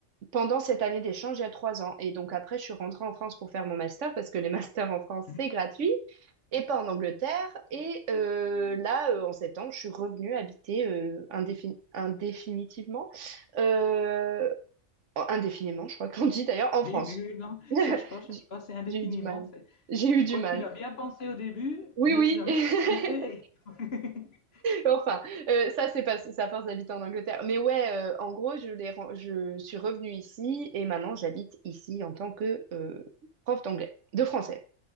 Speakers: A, on the right; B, on the left.
A: pendant cette année d'échange il y a trois ans. Et donc, après, je suis rentrée en France pour faire mon master parce que les <laughs> masters en France,
B: Hmm
A: c'est gratuit et pas en Angleterre. Et euh, là, euh, en sept ans, je suis revenue habiter euh, indéfin- indéfinitivement euh, en- indéfiniment, je crois qu'on dit d'ailleurs, en France.
B: Oui, oui, oui, non,
A: <laughs>
B: cherche pas, cherche
A: J'ai
B: pas, c'est indéfiniment.
A: j'ai eu du mal.
B: c'est-
A: J'ai eu
B: Je
A: du
B: crois
A: mal.
B: que tu l'as bien pensé au début,
A: Oui,
B: mais
A: oui.
B: tu l'as
A: <laughs>
B: mal prononcé. <laughs>
A: Enfin, euh, ça, c'est parce que c'est à force d'habiter en Angleterre. Mais ouais, euh, en gros, je l'ai ren- je suis revenue ici et maintenant j'habite ici en tant que euh, prof d'anglais, de français,